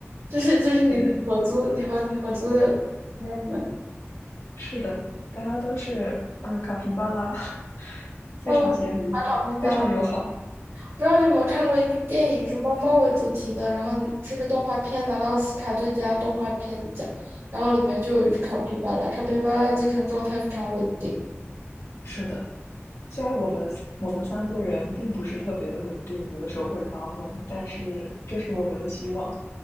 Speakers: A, on the right; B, on the left.
A: 就是就是你的合租，
B: 对，
A: 你和你合租的朋友们，
B: 是的，大家都是嗯，卡皮巴拉，<laughs> 非常咸鱼，
A: 那我马考必败了。
B: 非常友好。
A: 不知道你有没有看过一部电影是猫猫为主题的，然后是个动画片拿了奥斯卡最佳动画片奖，然后里面就有一只卡皮巴拉，卡皮巴拉的精神状态非常稳定，
B: 是的，虽然我们我们三个人并不是特别的稳定，有的时候会发疯，但是这是我们的希望，